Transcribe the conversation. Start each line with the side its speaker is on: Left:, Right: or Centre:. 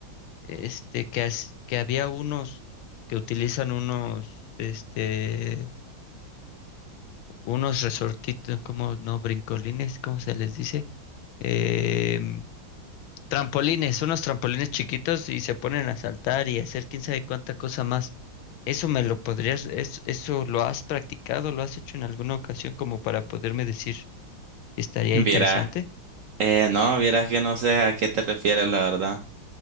Left: este, que, as- que había unos que utilizan unos, este, unos resortitos, como, no, brincolines, ¿cómo se les dice? Em, Trampolines, unos trampolines chiquitos y se ponen a saltar y a hacer quién sabe cuánta cosa más. Eso me lo podrías, es- eso lo has practicado, lo has hecho en alguna ocasión como para poderme decir si estaría
Right: vieras,
Left: interesante.
Right: eh, no, vieras que no sé a qué te refieres, la verdad.